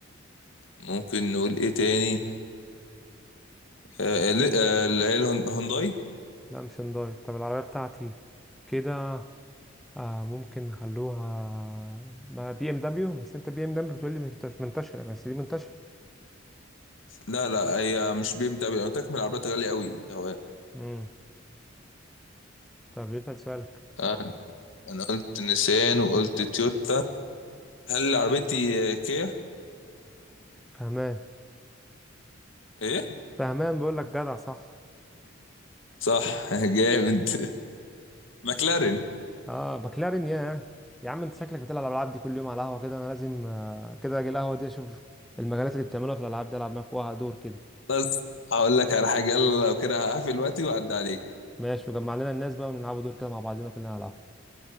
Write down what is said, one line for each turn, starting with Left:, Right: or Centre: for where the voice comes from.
Left: ممكن نقول ايه تاني آه، آه، ل- آه، اللي هي الهون- هونداي
Centre: مش هنداي طب العربية بتاعتي كده آه ممكن نخلوها ما بي ام دبليو بس انت بي ام دبليو بتقول لي منتش- منتشرة بس دي منتشرة
Left: لا لا هي مش بي ام دبليو انا متاكد من العربيات غاليه قوي ده
Centre: امم طب يسأل سؤالك
Left: آه، انا قلت نيسان وقلت تويوتا هل عربيتي آه، كيا
Centre: فهمان
Left: ايه
Centre: فهمان بقول لك جدع صح
Left: صح <laughs> جامد ماكلارين
Centre: اه مكلارين يا يا عم انت شكلك بتلعب الالعاب دي كل يوم على القهوة كده انا لازم آه، كده اجي القهوة دي اشوف المجالات اللي بتعملوها في الالعاب دي العب معاك واحد دور كده
Left: بس هقول لك على حاجه يلا لو كده هقفل دلوقتي واعدي عليك
Centre: ماشي وجمع لنا الناس بقى ونلعبوا دور كده مع بعضنا كلنا على القهوة